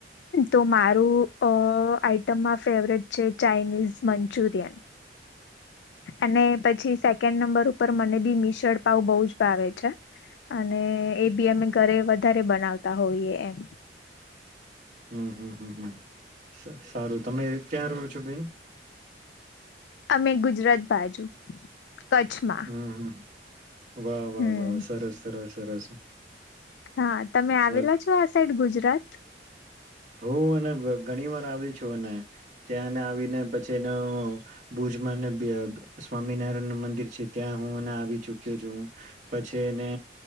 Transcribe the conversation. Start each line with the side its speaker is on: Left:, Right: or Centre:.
Left: તો મારું આ તમામાં ફેવરેટ છે. ચાઇનીઝ મંચુરિયન અને પછી સેકન્ડ નંબર ઉપર, મને બી મિશળ પાઉ બહુ જ ભાવે છે. અને એ બી અમે ઘરે વધારે બનાવતા હોઈએ, એમ.
Right: હમ, હમ, હમ, હમ. સારું, તમે ક્યાં રહો છો, બેન?
Left: અમે ગુજરાત બાજુ. કચ્છમાં.
Right: હમ હમ વાહ વાહ
Left: હમ,
Right: વાહ સરસ સરસ સરસ
Left: હા. તમે આવેલા
Right: વાહ,
Left: છો આ સાઈડ, ગુજરાત?
Right: હું. અને ઘણી વાર આવી છું. અને ત્યાંને આવીને પછી, એ ભુજમાં સ્વામિનારાયણ નું મંદિર છે, ત્યાં હું આવી ચુક્યો છું. પછી એને